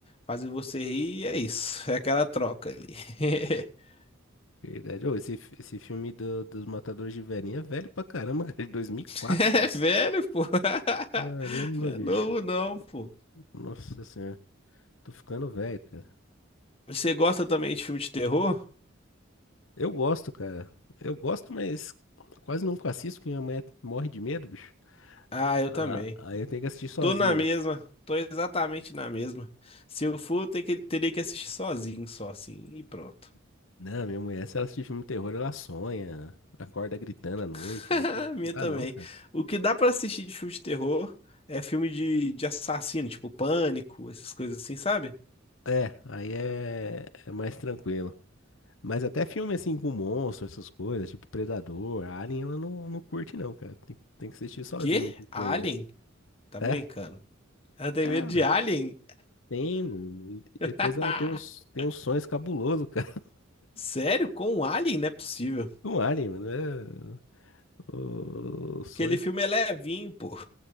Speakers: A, on the left; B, on the left.
A: fazem você rir, e é isso, <laughs> é aquela troca ali. <laughs>
B: Verdade. Ô, esse, fi- esse filme do- dos Matadores de Velhinha é velho pra caramba, cara, de 2004,
A: É
B: meu.
A: velho, pô. <laughs>
B: Caramba,
A: Não é
B: bicho.
A: novo não, pô.
B: Nossa senhora. Tô ficando velho, cara.
A: Você gosta também de filme de terror?
B: Eu gosto, cara. Eu gosto, mas quase nunca assisto, porque minha mulher morre de medo, bicho.
A: Ah, eu
B: Ah,
A: também.
B: aí eu tenho que assistir sozinho.
A: Tô na mesma, tô exatamente na mesma. Se eu for, ter que, teria que assistir sozinho, só assim, e pronto.
B: Não, minha mulher, se ela assistir filme de terror, ela sonha, acorda gritando à noite.
A: <laughs>
B: Não
A: A Minha
B: dá,
A: também.
B: não.
A: O que dá pra assistir de filme de terror é filme de, de assassino, tipo Pânico, essas coisas assim, sabe?
B: É, aí é, é mais tranquilo. Mas até filme assim com monstro, essas coisas, tipo Predador, Alien, ela não, não curte não, cara. Tem, tem que assistir sozinho
A: Quê?
B: esse
A: Alien?
B: filme.
A: Tá
B: aí.
A: brincando.
B: É?
A: Ela tem
B: É,
A: medo de
B: velho.
A: alien?
B: Tem, mano. E
A: <laughs>
B: depois ela tem uns, tem uns sonhos cabulosos, cara, <laughs>
A: Sério? Com um alien? Não é possível.
B: com Alien, mano. É, o- os
A: Aquele
B: sonhos.
A: filme é levinho, pô.